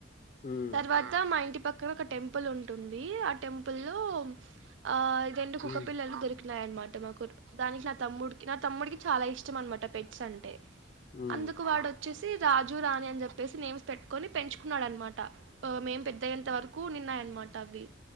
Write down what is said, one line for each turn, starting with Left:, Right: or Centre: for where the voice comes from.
Left: హ్మ్
Right: తర్వాత మా ఇంటి పక్కన ఒక టెంపుల్ ఉంటుంది ఆ టెంపుల్ లో ఆ ఇ రెం కు
Left: హ్మ్
Right: కప్పల్ అ దొరి డ్మాట మాకు దానికి నా తమ్ముడికి నా తమ్ముడికి చాలా ఇష్టం అనమాట పెట్స్ అంటే
Left: హ్మ్
Right: అందుకు వాడు వచ్చేసి రాజు రాణి అని చెప్పేసి నేమ్స్ పెట్టుకొని పెంచుకున్నాడనమాట మేము పెద్దయ్యంత వరకు ఉనిన్నాయనమాట అవ్వి